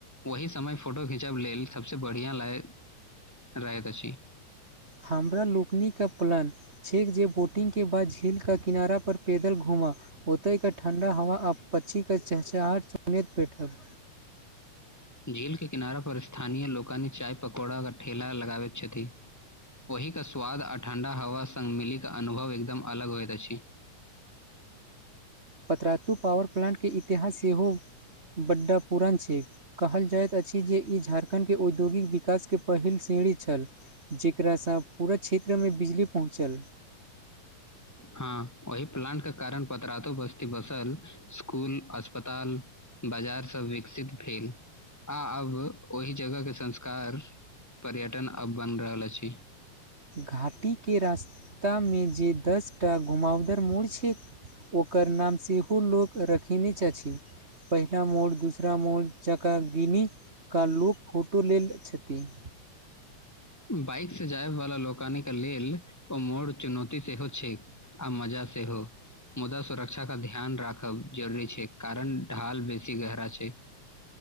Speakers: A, in the centre; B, on the right.
A: ओही समय फोटो खींचब लेल सबसे बढ़िया लै रहैत अछी।
B: हमरा लोकनीके प्लन छैक जे बोट टिंग के बाद झील क किनारा पर पैदल घूमब ओतैए के ठण्डा हवा आप पच्छीके चहचहाट सुनैत बैठब।
A: झील के किनारा पर स्थानीय लोकानि चाय पकौड़ा के ठेला लगाबैत छथि। ओहिके स्वाद आ ठण्डा हवा संग मिलिकऽ अनुभव एकदम अलग होइत अछि।
B: पतरातू पावर प्लान्टकेँ इतिहास सेहो बड्ड पुरान छै। कहल जाइत अछि जे ई झारखण्डके औद्योगिक विकासकेँ पहिल सीढी छल। जेकरास पूरा क्षेत्रमें बिजली पहुँचल।
A: हँ ओहि प्लांट के कारण पतरातु बस्ती बसल स्कुल, अस्पताल बजार सभ विकसित भेल आब ओहि जगह के संस्कार पर्यटन अब बनि रहल अछि।
B: घाटीकेँ रास्तामे जे दस टा घुमावदार मोड़ छै। ओकर नाम सेहो लोक रखने छथि पहिला मोड़ दूसरा मोड़ जकरा गिनीक लोक फोटो लेल छथिन।
A: बाइक सँ जायवाला लोकानि के लेल ओ मोड़ चुनौती सेहो छै आ मजा सेहो मुदा सुरक्षा के ध्यान राखब जरूरी छै कारण ढाल बेसी गहरा छै।